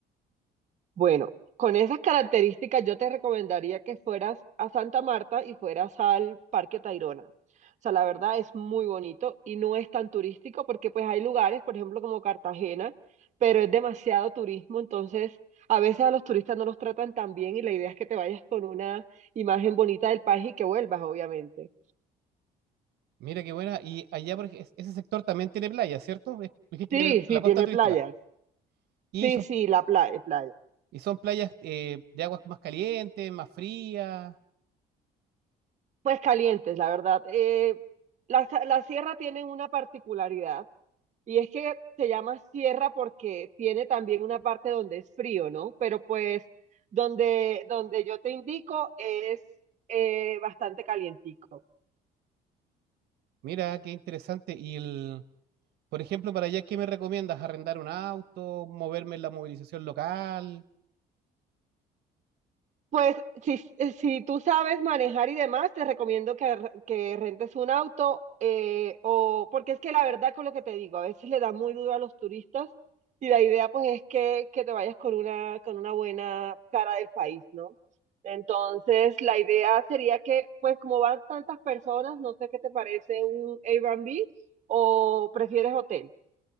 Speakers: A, on the right; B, on the right.
A: Bueno, con esas características yo te recomendaría que fueras a Santa Marta y fueras al Parque Tayrona. O sea, la verdad es muy bonito y no es tan turístico porque pues hay lugares, por ejemplo, como Cartagena, pero es demasiado turismo, entonces a veces a los turistas no los tratan tan bien y la idea es que te vayas con una imagen bonita del país y que vuelvas, obviamente.
B: Mira qué buena. Y allá, por ej- es- ese sector también tiene playas, ¿cierto? Es- Dijiste
A: Sí,
B: que era
A: sí,
B: la costa
A: tiene
B: turística.
A: playas.
B: Y
A: Sí,
B: son,
A: sí, la playa, playa.
B: y son playas eh, de aguas más calientes, más frías.
A: Pues calientes, la verdad. Eh, la, la sierra tiene una particularidad Y es que se llama sierra porque tiene también una parte donde es frío, ¿no? Pero pues donde, donde yo te indico es eh, bastante calientico.
B: Mira, qué interesante. Y, el, por ejemplo, para allá, ¿qué me recomiendas? ¿Arrendar un auto? ¿Moverme en la movilización local?
A: Pues si, eh, si tú sabes manejar y demás, te recomiendo que, re- que rentes un auto eh, o porque es que la verdad con lo que te digo, a veces le da muy duro a los turistas y la idea pues es que, que te vayas con una, con una buena cara del país, ¿no? Entonces la idea sería que pues como van tantas personas, no sé qué te parece un Airbnb o prefieres hotel.